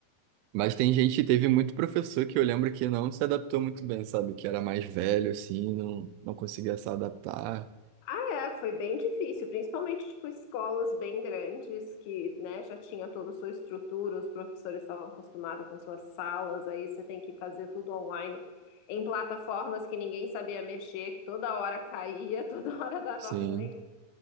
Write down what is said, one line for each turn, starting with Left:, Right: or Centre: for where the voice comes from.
Right: Mas tem gente, teve muito professor que eu lembro que não se adaptou muito bem, sabe? Que era mais velho, assim, não, não conseguia se adaptar.
Left: Ah, é, foi bem difícil, principalmente tipo escolas bem grandes que, né, já tinha toda a sua estrutura, os professores estavam acostumados com suas salas, aí você tem que fazer tudo online em plataformas que ninguém sabia mexer, que toda hora caía, <laughs> toda hora dava
Right: Sim.
Left: ruim.